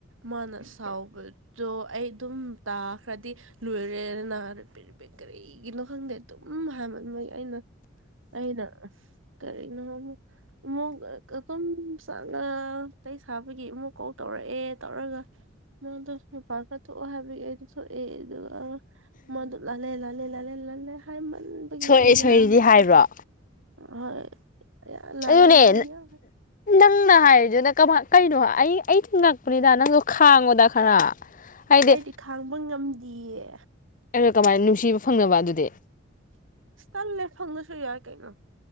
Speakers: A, on the right (about 80°); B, on the left (about 40°).
A: ꯃꯥꯅ ꯁꯥꯎꯕꯗꯣ ꯑꯩ ꯑꯗꯨꯝ ꯇꯥꯈ꯭ꯔꯗꯤ ꯂꯣꯏꯔꯦꯗꯅ <unintelligible> <unintelligible> ꯀꯔꯤꯒꯤꯅꯣ ꯈꯪꯗꯦ ꯑꯗꯨꯝ ꯍꯥꯏꯃꯟꯕꯒꯤ ꯑꯩꯅ ꯑꯩꯅ ꯀꯔꯤꯅꯣ ꯑꯃꯨꯛ ꯑꯃꯨꯛ ꯑꯗꯨꯨꯝ ꯆꯥꯛꯉ ꯋꯥꯔꯤ ꯁꯥꯕꯒꯤ ꯑꯃꯨꯛ ꯀꯣꯜ ꯇꯧꯔꯛꯑꯦ ꯇꯧꯔꯒ ꯃꯥꯗꯣ ꯃꯄꯥꯜ ꯈꯔ ꯊꯣꯛꯑꯣ ꯍꯥꯏꯕꯒꯤ ꯑꯩꯗꯣ ꯊꯣꯛꯑꯦ ꯑꯗꯨꯒ ꯃꯥꯗꯨ ꯂꯥꯜꯂꯦ ꯂꯥꯜꯂꯦ ꯂꯥꯜꯂꯦ ꯂꯥꯜꯂꯦ ꯍꯥꯏꯃꯟ ꯕꯒꯤꯀꯣ
B: ꯁꯣꯏꯔꯦ
A: ꯑꯩ ꯌꯥꯔꯦ
B: ꯁꯣꯏꯔꯦꯗꯤ ꯍꯥꯏꯕ꯭ꯔꯣ
A: ꯍꯣꯏ ꯂꯥꯜꯂꯦ
B: ꯑꯗꯨꯅꯦ
A: ꯂꯥꯜꯂꯦ ꯂꯥꯜꯂꯦ
B: ꯅꯪꯅ ꯍꯥꯏꯔꯤꯗꯨꯅ ꯀꯃꯥꯏ ꯀꯩꯅꯣ ꯑꯩ ꯑꯩ ꯁꯨ ꯉꯛꯄꯅꯤꯗ ꯅꯪꯁꯨ ꯈꯥꯡꯉꯣꯗ ꯈꯔ ꯍꯥꯏꯗꯤ
A: ꯑꯩꯗꯤ ꯈꯥꯡꯕ ꯉꯝꯗꯤꯌꯦ
B: ꯑꯗꯨꯒ ꯀꯃꯥꯏ ꯅꯨꯡꯁꯤꯕ ꯐꯪꯅꯕ ꯑꯗꯨꯗꯤ
A: ꯇꯜꯂꯦ ꯐꯪꯗ꯭ꯔꯁꯨ ꯌꯥꯏ ꯀꯩꯅꯣ